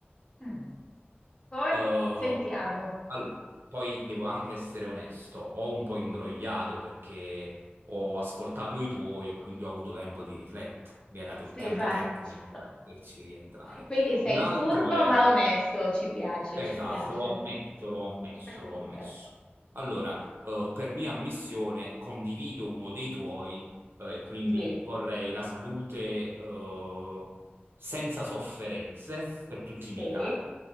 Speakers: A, on the left; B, on the right.
A: Mm. Poi
B: Uh,
A: sentiamo.
B: all- poi devo anche essere onesto, ho un po' imbrogliato perché ho ascoltato i tuoi e quindi ho avuto tempo di riflettere. Mi hai dato il tempo
A: Esatto.
B: tecnico per
A: <laughs>
B: poterci rientrare.
A: Quindi sei
B: Un altro
A: furbo
B: è
A: ma onesto, ci piace,
B: Esatto,
A: ci piace.
B: lo ammetto, lo ammesso,
A: <laughs>
B: lo ammesso. Allora, eh, per mia ammissione condivido uno dei tuoi, eh, e quindi
A: Sì,
B: vorrei la salute, eh, senza sofferenze per tutti
A: sì.
B: i miei cari,